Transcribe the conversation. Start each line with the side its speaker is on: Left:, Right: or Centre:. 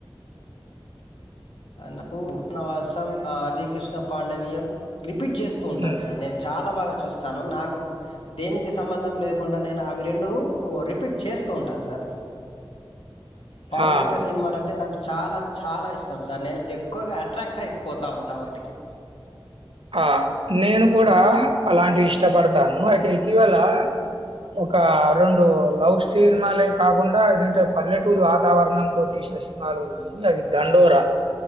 Left: నాకు ఉనవాసం ఆ శ్రీకృష్ణ పాండవియం రి రిపీట్ చేస్తూ ఉంటాను
Right: హ్మ్.
Left: సార్ నేను చాల బాగ చూస్తాను నాకు దేనికి సంబంధం లేకుండ నేను అవి రెండు రిపీట్ చేస్తూ ఉంటాను సార్ పౌరాణిక
Right: ఆ!
Left: సినిమాలు అంటే నాకు చాల చాల ఇష్ ష్టం సార్ నేను ఎక్కువగా అట్రాక్ట్ అయిపోతా ఉంటా వాటికి
Right: ఆ నేను కూడ
Left: ఆ
Right: అలాంటి ఇ ష్టపడతాను అయితే ఇటీవల ఒక రెండు లవ్ సినిమాలే కాకుండా ఏదంటే పల్లెటూరి వాతావరణంతో తీసిన సినిమాలు ఉన్నాయి దండోర